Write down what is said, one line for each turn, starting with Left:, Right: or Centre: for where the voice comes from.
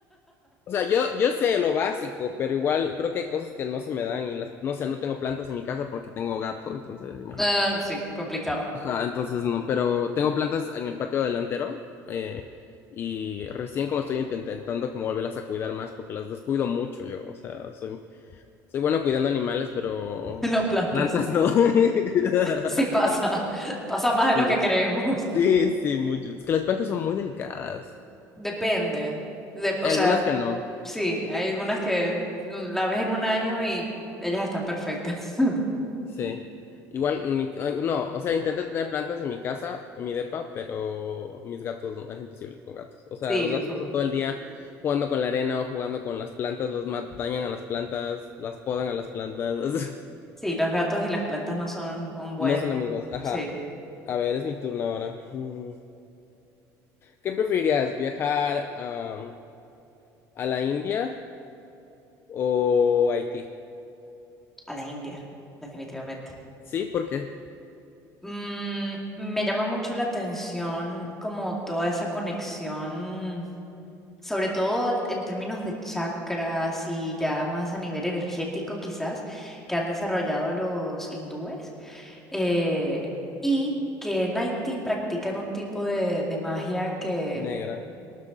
Left: O sea, yo, yo sé lo básico, pero igual creo que hay cosas que no se me dan y las, no sé, no tengo plantas en mi casa porque tengo gato, entonces imagínate.
Centre: Ah, sí, complicado.
Left: Ajá, entonces no, pero tengo plantas en el patio delantero eh, y recién como estoy intentando como volverlas a cuidar más porque las descuido mucho yo, o sea, soy, soy bueno cuidando animales, pero
Centre: <laughs> Las plantas.
Left: plantas no. <laughs>
Centre: Sí pasa, <laughs> pasa más de
Left: Sí,
Centre: lo que creemos.
Left: sí, sí, mucho. Es que las plantas son muy delicadas.
Centre: Depende. De- o
Left: Hay
Centre: sea,
Left: algunas que no,
Centre: sí, hay algunas que la ves en un año y ellas están perfectas. <laughs>
Left: sí. Igual, ni- ay, no, o sea, intenté tener plantas en mi casa, en mi depa, pero mis gatos, no, es imposible con gatos. O sea,
Centre: Sí.
Left: los gatos pasan todo el día jugando con la arena o jugando con las plantas, los mat- dañan a las plantas, las podan a las plantas. <laughs>
Centre: Sí, los gatos y las plantas no son un buen,
Left: No son amigos, ajá.
Centre: sí,
Left: A ver, es mi turno ahora. Mm. ¿Qué preferirías, viajar am, a la India o a Haití?
Centre: a la India, definitivamente.
Left: Sí, ¿por qué?
Centre: Mm, me llama mucho la atención como toda esa conexión, sobre todo al- en términos de chakras y ya más a nivel energético quizás, que han desarrollado los hindúes eh, y que en Haití practican un tipo de, de magia que,
Left: negra.